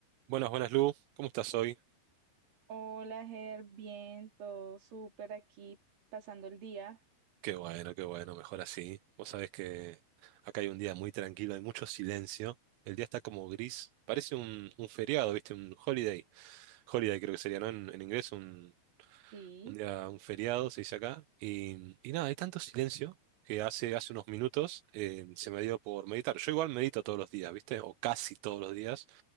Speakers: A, on the right; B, on the right.
A: Buenas, buenas, Lu. ¿Cómo estás hoy?
B: Hola, Ger, bien, todo súper aquí, pasando el día.
A: Qué bueno, qué bueno, mejor así. Vos sabés que acá hay un día muy tranquilo, hay mucho silencio. El día está como gris. Parece un, un feriado, ¿viste? Un holiday. Holiday creo que sería, ¿no? En, en inglés, un,
B: Sí,
A: un día, un feriado se dice acá. Y, y nada, hay tanto silencio que hace, hace unos minutos eh, se me dio por meditar. Yo igual medito todos los días, ¿viste? O casi todos los días.